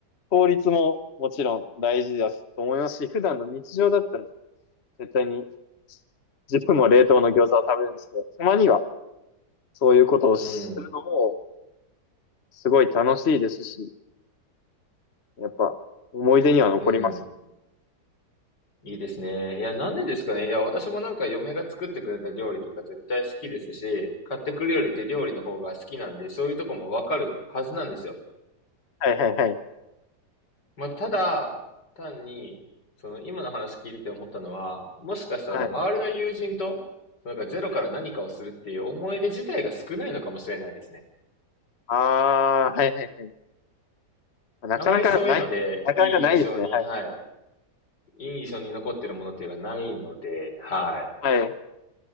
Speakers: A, on the left; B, on the left.
A: 効率ももちろん大事だと思いますし、普段の日常だったら絶対に自分も冷凍の餃子を食べるんですけど、たまにはそういうことをするのも
B: うん、
A: すごい楽しいですし、やっぱ思い出には残りますね。
B: うん。いいですね。いや、なんでですかね。いや、私もなんか嫁が作ってくれた料理とか絶対好きですし、買ってくるよりって料理の方が好きなんで、そういうとこもわかるはずなんですよ。
A: はいはいはい。
B: まあ、ただ、単に、その今の話聞いてて思ったのは、もしかしたら周りの友人と、
A: はい。
B: なんかゼロから何かをするっていう思い出自体が少ないのかもしれないですね。
A: はいああ、はいはいはい。なかなかない、
B: あまりそういうので、
A: なかなかないですね。
B: いい印象に、
A: はい。
B: はい。いい印象に残ってるものっていうのがないので、はい。
A: はい。